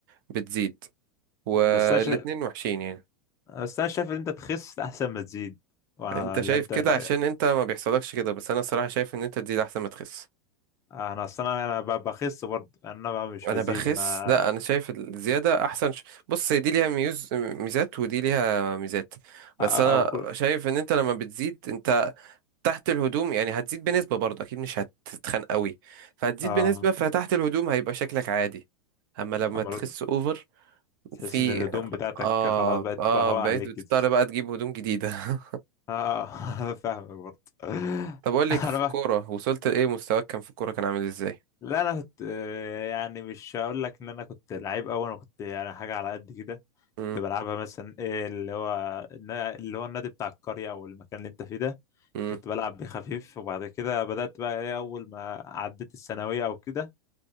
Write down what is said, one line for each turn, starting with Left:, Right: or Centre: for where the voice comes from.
Right: بتزيد والاتنين
Left: بس انا شا...
Right: وحشين يعني
Left: بس انا شايف ان انت تخس احسن ما تزيد ولا
Right: انت شايف
Left: انت
Right: كده
Left: ايه رايك
Right: عشان انت ما بيحصلكش كده بس انا الصراحة شايف ان انت تزيد احسن ما تخس
Left: انا اصلا انا ب- بخس برضه يعني انا بقى مش
Right: انا
Left: بزيد
Right: بخس
Left: انا
Right: لا انا شايف الزيادة احسن ش... بص هي دي ليها ميوز ميزات ودي ليها ميزات بس
Left: او
Right: انا
Left: أو كل
Right: شايف ان انت لما بتزيد انت تحت الهدوم يعني هتزيد بنسبة برضه أكيد مش هتتخن قوي فهتزيد
Left: اه
Right: بنسبة فتحت الهدوم هيبقى شكلك عادي أما لما
Left: أمر...
Right: تخس أوفر
Left: تحس
Right: في
Left: ان الهدوم بتاعتك
Right: آه
Left: خلاص بقت
Right: آه
Left: مبهوقة
Right: بقيت
Left: عليك
Right: بتضطر
Left: كده
Right: بقى تجيب هدوم جديدة
Left: اه <laughs> فاهمك برضه
Right: <laughs> طب أقول لك
Left: انا
Right: في
Left: بقى
Right: الكورة وصلت لإيه مستواك كان في الكورة كان عامل إزاي؟
Left: لا انا كنت آه، يعني مش هقول لك ان انا كنت لعيب قوي انا كنت يعني حاجه على قد كده
Right: مم،
Left: كنت بلعبها مثلا إيه اللي هو النا- اللي هو النادي بتاع القريه او المكان اللي انت فيه ده
Right: مم،
Left: كنت بلعب بيه خفيف وبعد كده بدات بقى ايه اول ما عديت الثانويه او كده